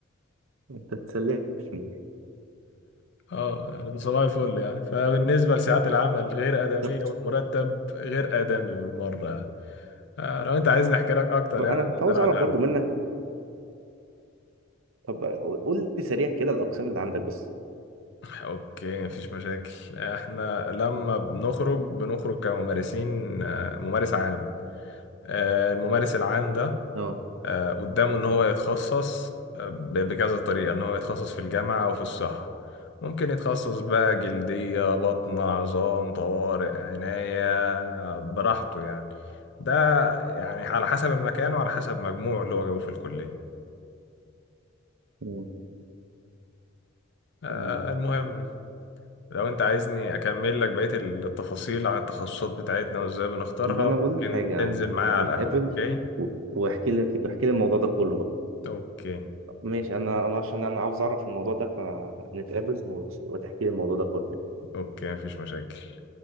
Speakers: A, on the right; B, on the left.
A: انت تسلفني
B: اه يعني ده صباح الفل يعني فبالنسبه لساعات العمل غير ادميه
A: طب
B: والمرتب غير ادمي بالمره يعني آه لو انت عايزني احكي لك اكتر
A: انا
B: يعني
A: كنت
B: نتكلم
A: عاوز
B: على
A: اعرف
B: القهوه
A: برضو منك طب قول لي سريع كده الاقسام اللي عندك بس
B: اوكي مفيش مشاكل احنا لما بنخرج بنخرج كممارسين آه، ممارس عام آه، الممارس العام ده
A: اه
B: آه، قدامه ان هو يتخصص آه، ب- بكذا طريقة ان هو يتخصص في الجامعة او في الصحة ممكن يتخصص بقى جلدية بطن عظام طوارئ عناية آه، براحته يعني ده يعني على حسب المكان وعلى حسب مجموعه اللي هو جابه في الكلية
A: مم.
B: آه،
A: تمام
B: المهم لو انت عايزني اكمل لك بقية التفاصيل عن التخصصات بتاعتنا وازاي بنختارها
A: طب انا بقول لك حاجه
B: ممكن تنزل
A: انا
B: معايا على
A: نتقابل
B: القهوة اوكي
A: و- واحكي لك احكي لي الموضوع ده كله بقى
B: اوكي
A: ماشي انا انا عشان انا عاوز اعرف الموضوع ده فنتقابل و- وتحكي لي الموضوع ده كله
B: اوكي مفيش مشاكل